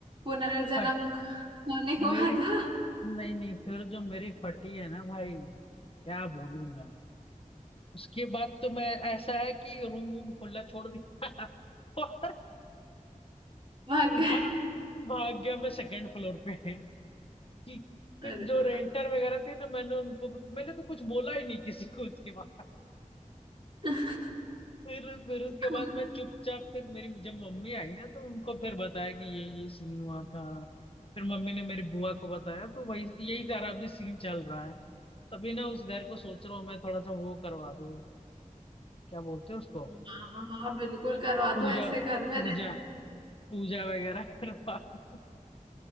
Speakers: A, on the right; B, on the left.
A: पुनर्जन्म
B: फट
A: नहीं हुआ
B: मेरी
A: था
B: नहीं नहीं फिर जो मेरी फटी है ना भाई क्या बोलूं मैं उसके बाद तो मैं ऐसा है कि रूम वूम खुला छोड़ दिया <laughs> और
A: भाग
B: भा,
A: गए
B: भाग गया मैं सेकंड फ्लोर पे कि फिर
A: अरे
B: जो
A: वाह।
B: रेंटर वगैरह थे ना मैंने उनको मैंने तो कुछ बोला ही नहीं किसी को उसके बाद
A: <laughs>
B: फिर फिर उसके
A: खुल-
B: बाद मैं चुपचाप फिर मेरी जब मम्मी आई ना तो उनको फिर बताया कि ये ये सीन हुआ था फिर मम्मी ने मेरी बुआ को बताया तो वही यही सारा अभी सीन चल रहा है तभी ना उस घर को सोच रहा हूँ मैं थोड़ा सा वो करवा दूँ क्या बोलते हैं उसको
A: हाँ हाँ बिल्कुल करवा
B: पूजा
A: दो ऐसे घर में
B: पूजा पूजा वगैरह <laughs> करवा दूं।